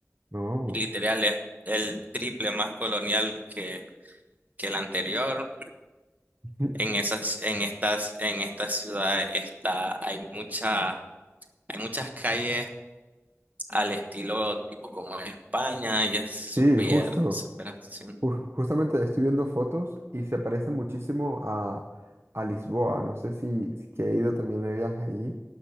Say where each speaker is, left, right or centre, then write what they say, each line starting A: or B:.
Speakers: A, on the right (about 50°); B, on the right (about 30°).
A: No.
B: Literal es el triple más colonial que, que el anterior.
A: <laughs>
B: En esas, en estas, en esta ciudad está, hay muchas, hay muchas calles al estilo tipo como en España y es súper,
A: Sí, justo.
B: súper accesible.
A: Ju- justamente estoy viendo fotos y se parece muchísimo a, a Lisboa. No sé si, si que he ido también de viaje allí.